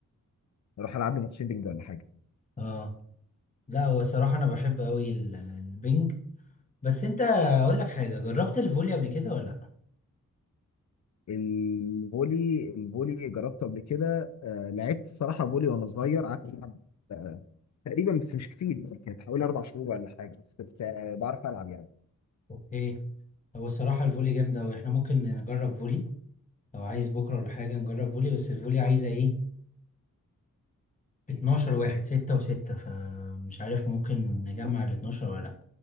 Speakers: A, on the left (about 55°); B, on the left (about 25°).
A: اروح العب لي ماتشين بنج ولا حاجه
B: اه لا هو الصراحه انا بحب قوي ال- البنج بس انت اقول لك حاجه جربت الفولي قبل كده ولا لا
A: الفولي الفولي جربته قبل كده آه لعبت الصراحه فولي وانا صغير قعدت العب آه تقريبا بس مش كتير يعني كانت حوالي اربع شهور ولا حاجه بس كنت آه بعرف العب يعني
B: اوكي هو الصراحه الفولي جامده قوي احنا ممكن نجرب فولي لو عايز بكره ولا حاجه نجرب فولي بس الفولي عايزه ايه 12 واحد 6 و6 فمش عارف ممكن نجمع ال 12 ولا لا